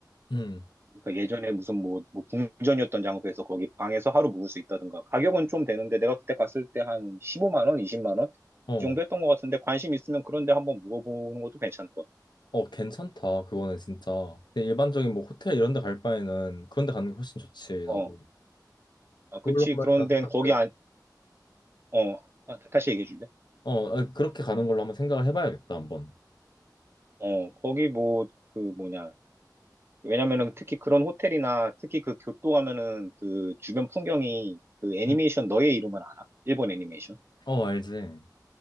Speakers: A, on the left; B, on the right.
A: 음,
B: 그러니까 예전에 무슨 뭐, 뭐 궁전이었던 장소에서 거기 방에서 하루 묵을 수 있다든가. 가격은 좀 되는데 내가 그때 갔을 때 한 15만 원, 20만 원?
A: 어,
B: 그 정도 했던 것 같은데 관심 있으면 그런 데 한번 묵어보는 것도 괜찮을 것 같아.
A: 어, 괜찮다. 그거는 진짜 그냥 일반적인 뭐 호텔 이런 데 갈 바에는 그런 데 가는 게 훨씬 좋지. 나도
B: 어.
A: 그걸로
B: 아, 그치.
A: 한번
B: 그런데
A: 일단 생각해.
B: 거기 안, 어, 아, 다시 얘기해 줄래?
A: 어, 아, 그렇게 가는 걸로 한번 생각을 해봐야겠다. 한번.
B: 어, 거기 뭐, 그 뭐냐. 왜냐면은 특히 그런 호텔이나 특히 그 교토 가면은 그 주변 풍경이 그 애니메이션
A: 음.
B: 너의 이름은 알아? 일본 애니메이션?
A: 어, 알지.